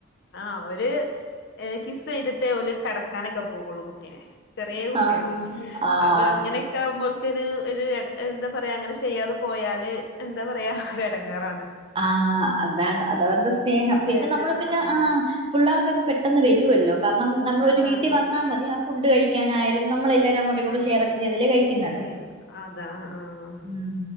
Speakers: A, on the left (about 60°); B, on the right (about 25°).
A: ആഹ് അവര് ഏഹ് കിസ്സെയ്തിട്ടേ ഓല് കെട ക്കാനൊക്കെ പോകൊള്ളൂ കുട്ടിനെ ചെറിയ കുട്ടിയാണ്
B: ആഹ് ആഹ്
A: അപ്പൊ അങ്ങനെ ക്കാവുമ്പോൽക്കൊരു ഒര് എട എന്താ പറയാ അങ്ങനെ ചെയ്യാതെ പോയാല് എന്താ പറയാ എടങ്ങേറാണ്
B: ആഹ് അതാണ് അതവരുടെ സ്നേഹം
A: ചേല
B: പിന്നെ നമ്മള് പിന്നെ
A: ആണ്
B: ആഹ് പുള്ളാർക്കൊക്കെ പെട്ടെന്ന് വെരുവല്ലോ കാരണം നമ്മളൊര്
A: അതാണ്
B: വീട്ടി വന്നാ മതി അ ഫുഡ് കഴിക്കാനായാലും നമ്മളെല്ലാരും അങ്ങോ ട്ടുംഇങ്ങോട്ടും
A: ആഹ്
B: കൂടെ ഷെയറൊക്കെ ചെയ്തല്ലേ കഴിക്കുന്നത്
A: ഷെയർ അതാ ആഹ്
B: ഉം